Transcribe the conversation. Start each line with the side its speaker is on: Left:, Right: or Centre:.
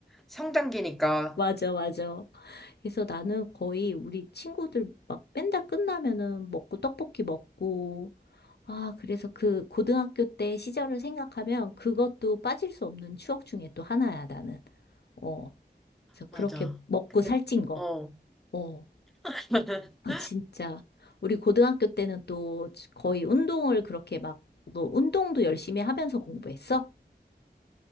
Centre: 성장기니까.
Left: 맞아, 맞아. 그래서 나는 거의 우리 친구들 막 밴드 끝나면은 먹고 떡볶이 먹고 아 그래서 그 고등학교 때 시절을 생각하면 그것도 빠질 수 없는 추억 중에 또 하나야 나는 어 그래서 그렇게
Centre: 맞아.
Left: 먹고
Centre: 근데,
Left: 살찐
Centre: 그-
Left: 거
Centre: 어.
Left: 어
Centre: <laughs>
Left: 아, 진짜 우리 고등학교 때는 또 거의 운동을 그렇게 막 너 운동도 열심히 하면서 공부했어?